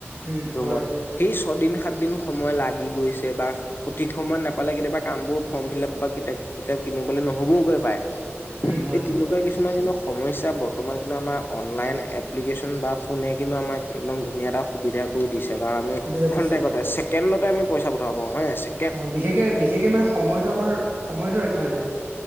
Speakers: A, on the right (about 55°); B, on the left (about 50°).
A: উম
B: ৰুমত
A: হয়
B: সেই ছয়দিন সাতদিন সময় লাগি গৈছে বা সঠিক সময় নাপালে কেতিয়াবা কামবোৰ ফৰ্ম ফিল আপ বা কিতাপ কিতাপ কিনিবলে নহ'বওগৈ পাৰে
A: উম হয়
B: এই তেনেকুৱা কিছুমান কিন্তু স সমস্যা বৰ্তমান কিন্তু আমাৰ অনলাইন এপ্লিকেশ্যন বা ফোনে কিন্তু আমাক একদম ধুনীয়া এটা সুবিধা কৰি দিছে কাৰণ আমি
A: সুবিধা
B: ক্ষণতেকতে
A: দিছে
B: ছেকেণ্ডতে আমি পইচা পঠাব পাৰো হয় নাই ছে
A: হয় বিশেষকে বিশেষকে মানে সময়টো আমাৰ সময়টো ৰক্ষা হৈ যায়